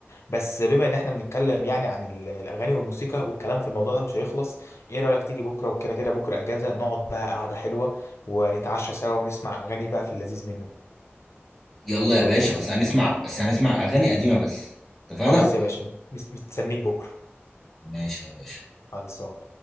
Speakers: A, on the left (about 85°); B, in the centre.
A: بس بما ان احنا بنتكلم يعني عن ال- الاغاني والموسيقى والكلام في الموضوع ده مش هيخلص ايه رأيك تيجي بكرة وكده كده بكرة اجازة نقعد بقى قعدة حلوة ونتعشى سوا ونسمع اغاني بقى في اللذيذ منه
B: يلا
A: لو
B: يا باشا
A: كده
B: بس هنسمع بس هنسمع اغاني قديمه بس اتفقنا
A: خلاص يا باشا مس- مستنيك بكرة
B: ماشي يا باشا
A: خلصان